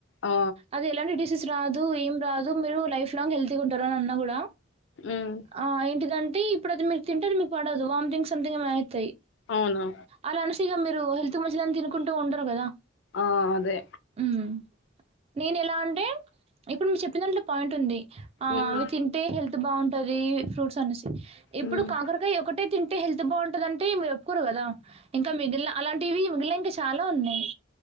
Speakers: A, on the left; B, on the right.
A: ఆ
B: అది ఎలాంటి డిసీస్ రాదు ఏం రాదు మీరు లైఫ్ లాంగ్ హెల్త్ ఉంటారు అని అనా కూడా
A: ఉమ్
B: ఆ ఏంటిదంటే ఇప్పుడు అది మీరు తింటే అది మీకు పడదు వామిటింగ్ సమ్థింగ్ ఏమో అయితయ్
A: అవును
B: అలా అనేసిగా మీరు హెల్త్ కి మంచిదని తినుకుంటూ ఉండరు కదా
A: ఆ అదే
B: హ్మ్ నేను ఎలా అంటే ఇప్పుడు మీరు చెప్పిన దాంట్లో పాయింట్ ఉంది ఆ
A: ఉమ్
B: అవి తింటే హెల్త్ బాగుంటది ఫ్రూట్స్ అనేసి ఇప్పుడు
A: ఉమ్
B: కాకరకాయ ఒకటే తింటే హెల్త్ బాగుంటదంటే మీరు ఒప్పుకోరు కదా ఇంకా మిగిలిన‌ అలాంటి టీవి మిగిలినవి ఇంక చాలా ఉన్నాయ్